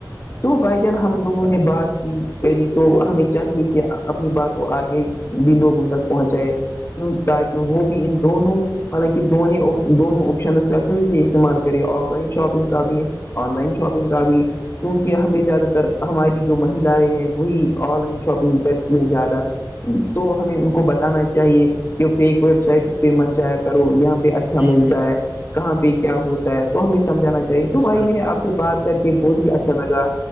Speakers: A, on the left (about 35°); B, on the right (about 25°).
A: تو بھائی جان ہم دگوں نے بات پیری تو ہمیں چاہیے کہ اپنی بات کو آگے بھی لوگ ان تک پہنچائے تاکہ وہ بھی ان دونوں حالانکہ دونوں دونوں آپشن کاح سےح استعمال کرے آف لائن شاپنگ کا بھی آن لائن شاپگ کا بھی کیونکہ ہمیں زیادہ تر ہماری جو مہیلیں ہیں وہی آن لائن شاپنگ کرتی نہیں زیادہ تو ہمیں ان کو بتانا چاہیے کہ فیک ویب سائٹ اس پہ مت جایا کرو یہاں ہ اچھا
B: جی
A: ملتا
B: جی
A: ہے کہاں پہ کیا ہوتا ہے تو ہمیں سمجھانا چ
B: جی
A: تو
B: مسکرم
A: بھائی میں نے آپ سے بات کر کے بہت ہی اچھا لگا